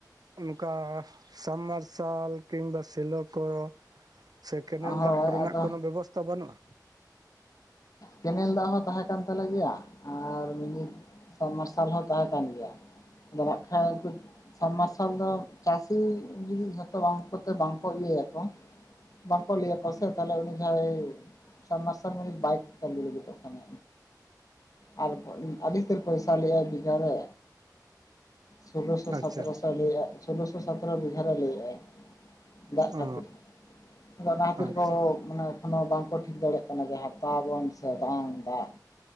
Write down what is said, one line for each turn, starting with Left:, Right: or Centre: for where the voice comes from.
Right: ᱚᱱᱠᱟ ᱥᱟᱢ ᱢᱟᱨᱥᱟᱞ ᱠᱤᱝᱵᱟ ᱥᱮᱞᱳ ᱠᱚ ᱥᱮ ᱠᱮᱱᱮᱞ
Left: ᱦᱳᱭ
Right: ᱫᱟᱜ ᱠᱚᱨᱮᱱᱟᱜ
Left: ᱟᱫᱚ
Right: ᱠᱳᱱᱚ ᱵᱮᱵᱚᱥᱛᱷᱟ ᱵᱟᱹᱱᱩᱜᱼᱟ?
Left: ᱠᱮᱱᱮᱞ ᱫᱟᱜ ᱦᱚᱸ ᱛᱟᱦᱮᱸ ᱠᱟᱱ ᱛᱟᱞᱮ ᱜᱮᱭᱟ ᱟᱨ ᱢᱤᱱᱤ ᱥᱟᱢ ᱢᱟᱨᱥᱟᱞ ᱦᱚᱸ ᱛᱟᱸᱦᱮ ᱠᱟᱱ ᱜᱮᱭᱟ, ᱟᱫᱚ ᱱᱟᱜᱜᱷᱟᱡ ᱩᱱᱠᱩ ᱥᱟᱢ ᱢᱟᱨᱥᱟᱞ ᱫᱚ ᱪᱟᱹᱥᱤ ᱡᱩᱫᱤ ᱡᱷᱚᱛᱚ ᱵᱟᱝ ᱠᱚᱛᱮ ᱵᱟᱝᱠᱚ ᱤᱭᱟᱹᱭᱟ ᱠᱚ, ᱵᱟᱝᱠᱚ ᱞᱟᱹᱭᱟ ᱠᱚ ᱥᱮ ᱛᱟᱦᱞᱮ ᱩᱱᱤ ᱡᱟᱦᱟᱸᱭ ᱥᱟᱢ ᱢᱟᱨᱥᱟᱞ ᱢᱟᱞᱤᱠ ᱵᱟᱭ ᱪᱟᱹᱞᱩ ᱞᱟᱹᱜᱤᱫᱚᱜ ᱠᱟᱱᱟ ᱟᱨ ᱟᱹᱰᱤ ᱩᱥᱛᱟᱹᱨ ᱯᱚᱭᱥᱟ ᱞᱟᱹᱭᱮᱜᱼᱟᱭ ᱵᱤᱜᱷᱟ ᱨᱮ ᱥᱳᱞᱳᱚᱥᱚ
Right: ᱟᱪᱪᱷᱟ
Left: ᱥᱚᱛᱮᱨᱚᱥᱚ ᱞᱟᱹᱭᱮᱜᱼᱟ, ᱥᱳᱞᱳᱚᱥᱚ ᱥᱚᱛᱮᱨᱚ ᱵᱤᱜᱷᱟ ᱨᱮ ᱞᱟᱹᱭᱮᱫᱼᱟᱭ᱾ ᱫᱟᱜᱽ ᱠᱷᱟᱹᱛᱤᱨ
Right: ᱚ
Left: ᱟᱫᱚ ᱚᱱᱟ ᱠᱷᱟᱹᱛᱤᱨ
Right: ᱟᱪᱪᱷᱟ
Left: ᱠᱚ ᱢᱟᱱᱮ ᱮᱠᱷᱚᱱᱳ ᱵᱟᱝᱠᱚ ᱴᱷᱤᱠ ᱫᱟᱲᱮᱜ ᱠᱟᱱᱟ ᱡᱮ ᱦᱟᱛᱟᱣᱟᱵᱚᱱ ᱥᱮ ᱵᱟᱝ ᱫᱟᱜᱽ